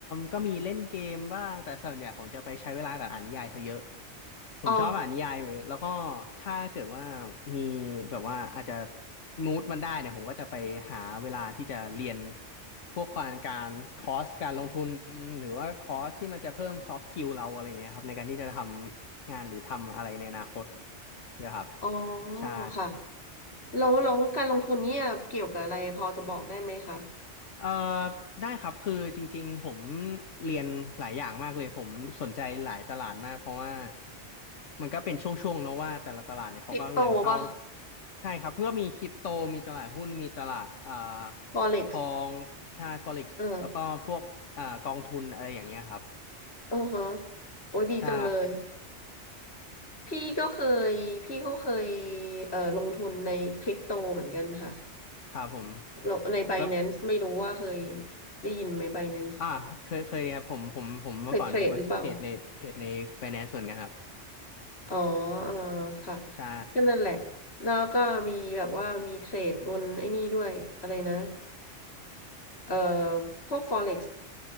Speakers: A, on the left; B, on the left.
A: ก็มีเล่นเกมบ้างแต่ส่วนใหญ่ผมจะไปใช้เวลากับอ่านนิยายซะเยอะผมชอบอ่านนิยายแล้วก็
B: อ๋อ
A: ถ้าเกิดว่ามีแบบว่าอาจจะมูดมันได้เนี่ยผมก็จะไปหาเวลาที่จะเรียนพวกการการคอร์สการลงทุนหรือว่าคอร์สที่มันจะเพิ่ม soft skill เราอะไรเงี้ยครับในการที่จะทำงานหรือทำอะไรในอนาคตนะครับ
B: อ๋อ
A: ใช่
B: ค่ะแล้วแล้วการลงทุนเนี่ยเกี่ยวกับอะไรพอจะบอกได้ไหมคะ
A: เอ่อได้ครับคือจริงๆผมเรียนหลายอย่างมากเลยผมสนใจหลายตลาดมากเพราะว่ามันก็เป็นช่วงๆเนอะว่าแต่ละตลาดเนี่ยเขาก็เงินเข้า
B: คริปโตป่ะ
A: ใช่ครับก็มีคริปโตมีตลาดหุ้นมีตลาดเอ่อ
B: Forex
A: ทองใช่ Forex
B: เออ
A: แล้วก็พวกเอ่อกองทุนอะไรอย่างเงี้ยครับ
B: เออฮะโอ้ยดีจังเลย
A: ใช่
B: พี่ก็เคยพี่ก็เคยเอ่อลงทุนในคริปโตเหมือนกันค่ะ
A: ครับผม
B: เราใน Binance
A: แล้ว
B: ไม่รู้ว่าเคยได้ยินไหม Binance
A: อ่าเคยเคยครับผมผมผมเมื่อก่อนผมก็เทรดในเทรดใน
B: เคยเทรดหรือเปล่า
A: finance เหมือนกันครับ
B: อ๋อเออค่ะ
A: ใช่
B: ก็นั่นแหละแล้วก็มีแบบว่ามีเทรดบนไอ้นี่ด้วยอะไรนะเอ่อพวก Forex